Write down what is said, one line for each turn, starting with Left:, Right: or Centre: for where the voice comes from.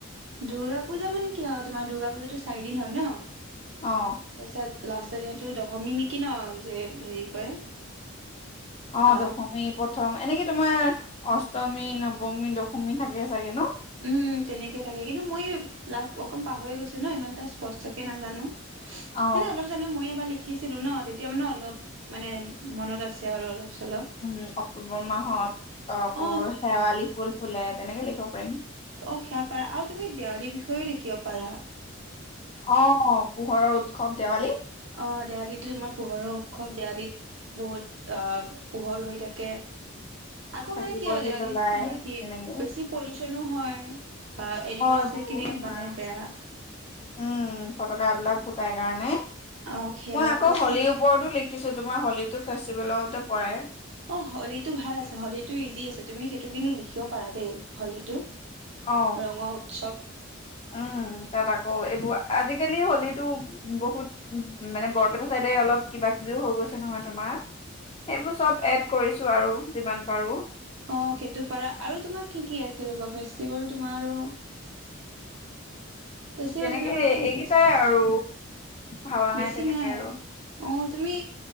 Right: দুূৰ্গা পূজা মানে কি আৰু তোমাৰ দুূৰ্গা পূজাতটো চাৰিদিন হয় ন
Left: অ
Right: তাৰপিছত লাষ্ট দিনো দশমী নেকি ন যে হেৰি কৰে
Left: অ
Right: আহ
Left: দশমী প্ৰথমে এনেকে তোমাৰ অষ্টমী নৱমী দশমী থাকে চাগে ন
Right: উম তেনেকয় থাকে কিন্তু মই লাভ অকণ পাহৰি গৈছো ন ইমান এটা স্পষ্টকে নাজানো
Left: অ
Right: মানে অলপ জানো মই এবাৰ লিখি শিকিছিলো ন তেতিয়া মানে অলপ মানে মনত আছে আৰু অলপ চলপ।
Left: উম অক্টোবৰ মাহত আকৌ
Right: অ
Left: শেৱালি ফুল ফুলে তেনেকে লিখিব পাৰিম
Right: অ সেয়া পাৰা আৰু তুমি দেৱালীৰ বিষয়েও লিখিব পাৰা
Left: অ অ পোহৰৰ উৎসৱ দেৱালী
Right: অ দেৱালী তোমাৰ পোহৰৰ উৎসৱ দেৱালীত বহুত আহ পোহৰ হৈ থাকে আকৌ
Left: চাকি
Right: মানে কি
Left: বন্তি
Right: হয় দেবালি
Left: জ্বলাই
Right: তোমাৰ কি
Left: তেনেকে
Right: বেছি পলিউচনো হয় অ এনিমেলচ
Left: এইবোৰ
Right: কিনি
Left: তোমাৰ
Right: মানে বেয়া
Left: উম ফটকা বিলাক ফুটাই কাৰণে
Right: অ সেয়া
Left: মই আকৌ
Right: তাৰপিছত
Left: হলিৰ ওপৰতো লিখি শিকিচো তোমাৰ হলীটো ফেষ্টিভেলতে পৰে
Right: অ হলীটো ভাল আছে হলীতটো ইজি আছে তুমি সেইটো কিন্তু লিখিব পাৰা দেই হলীটো
Left: অ
Right: ৰঙৰ উৎসৱ
Left: উম তাত আকৌ এইবোৰ আজিকালি হলিত তু বহুত মানে বৰপেটা চাইডে অলপ কিবা কিবিও হৈ গৈছে নহয় তোমাৰ সেইবোৰ চব এড কৰিছো আৰু যিমান পাৰো
Right: অ সেইটো পাৰা আৰু তোমাৰ কি কি আছিল ৰবা ফেষ্টিভেল তোমাৰ আৰু ফেষ্টিভেল
Left: তেনেকে
Right: তেনেকুৱা আৰু কি
Left: এইকেইটাই
Right: কি আছে
Left: আৰু ভাবা
Right: বেছি
Left: তেনেকে
Right: নাই
Left: আৰু
Right: অ তুমি